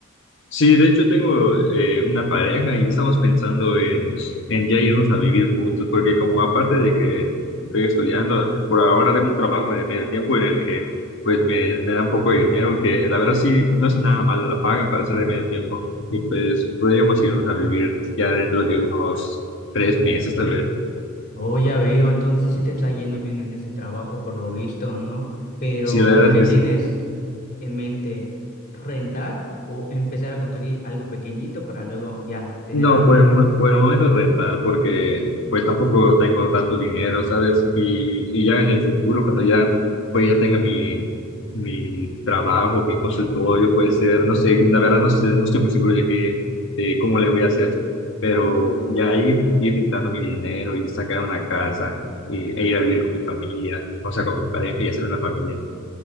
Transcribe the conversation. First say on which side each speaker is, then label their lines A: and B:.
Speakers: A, on the left; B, on the left.
A: Sí, de hecho tengo eh, una pareja y estamos pensando en, en ya irnos a vivir juntos, porque como aparte de que estoy estudiando, por ahora tengo un trabajo de medio tiempo en el que pues me, me da un poco de dinero, que la verdad sí no es nada mala la paga para ser de medio tiempo, y pues podríamos irnos a vivir ya dentro de unos tres meses tal vez.
B: Oh, ya veo, entonces sí te está yendo bien en ese trabajo por lo visto, ¿no? Pero,
A: Sí, la verdad
B: ¿qué
A: es que
B: tienes
A: sí.
B: en mente? ¿Rentar o empezar a construir algo pequeñito para luego ya tener
A: No,
B: algo?
A: por el momento, por el momento rentar, porque pues tampoco tengo tanto dinero, ¿sabes? Y, y ya en el futuro, cuando ya, pues ya tenga mi, mi trabajo, mi consultorio, puede ser, no sé, la verdad no sé, no estoy muy seguro de qué, de cómo le voy a hacer, pero ya ahí ir juntando mi dinero y sacar una casa y, e ir a vivir con mi familia, o sea, con mi pareja y hacer una familia.